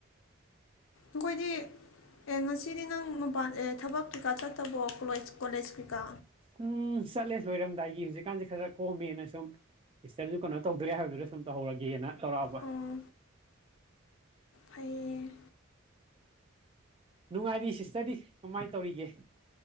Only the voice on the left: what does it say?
ꯑꯈꯣꯏꯗꯤ ꯑꯦ ꯉꯁꯤꯗꯤ ꯅꯪ ꯃꯄꯥꯟ ꯑꯦ ꯊꯕꯛ ꯀꯩꯀꯥ ꯆꯠꯇꯕꯣ ꯀꯣꯂꯣꯏꯖ ꯀꯣꯂꯦꯖ ꯀꯩꯀꯥ
ꯑꯣ ꯐꯩꯌꯦ